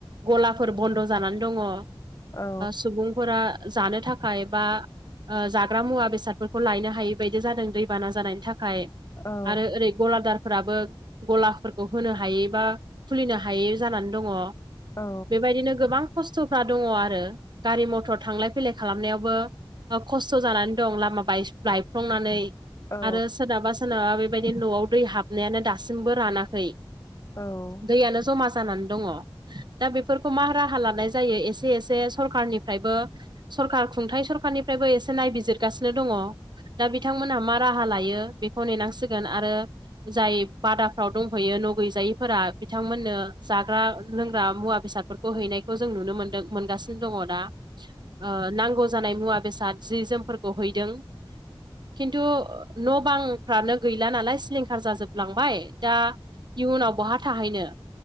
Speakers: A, on the right; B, on the left.
A: गलाफोर बन्द' जानानै दङ ओ
B: औ
A: सुबुंफोरा जानो थाखाय बा ओ जाग्रा मुवा बेसादफोरखौ लायनो हायि बायदि जादों दैबाना जानायनि थाखाय
B: औ
A: आरो ओरै गलादारफोराबो गलाफोरखौ होनो हायै बा खुलिनो हायै जानानै दङ।
B: औ
A: बेबायदिनो गोबां खस्थ'फ्रा दङ आरो गारि मथर थांलाय फैलाय खालामनायावबो खस्थ' जानानै दं लामा बाय बायफ्लंनानै
B: औ
A: आरो सोरनाबा सोरनाबा बेबायदि न'आव दै हाबनायानो दासिमबो रानाखै।
B: औ
A: दैयानो जमा जानानै दङ। दा बेफोरखौ मा राहा लानाय जायो एसे एसे सरखारनिफ्रायबो सरखार खुंथाइ सरखारनिफ्रायबो एसे नायबिजिरगासिनो दङ। दा बिथांमोनहा मा राहा लायो बेखौ नेनांसिगोन आरो जाय बादाफ्राव दंहैयो न' गैजायैफोरा बिथांमोननो जाग्रा लोंग्रा मुवा बेसाद बेफोरखौ हैनायखौ जों नुनो मोनदों मोनगासिनो दा ओ नांगौ जानाय मुवा बेसाद जि जोमफोरखौ हैदों खिन्थु न' बां थानो गैला नालाय सिलिंखार जाजोबलांबाय दा इयुनाव बहा थाहैनो